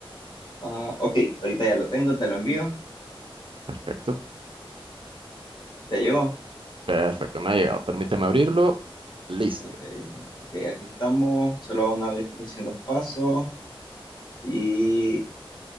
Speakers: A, on the left; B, on the right.
A: Ah, ok, ahorita ya lo tengo, te lo envío.
B: Perfecto,
A: ¿Te llegó?
B: perfecto, me ha llegado. Permíteme abrirlo. Listo.
A: Ok, ok, aquí estamos. Solo hago una verificación dos pasos. Y